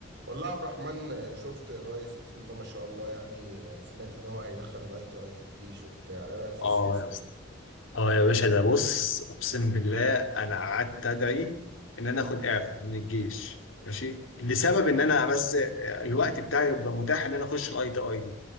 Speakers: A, on the right (about 60°); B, on the left (about 90°).
A: والله يا عبد الرحمن شفت الرئيس بسم الله ما شاء الله يعني سمعت ان هو هيدخل الاي تي اي في الجيش وبتاع ايه رايك في السياسه
B: اه يا اسطى
A: دي
B: اه يا باشا ده بص اقسم بالله انا قعدت ادعي ان انا اخد اعفاء من الجيش ماشي لسبب ان انا بس آه، الوقت بتاعي يبقى متاح ان انا اخش الاي تي اي دي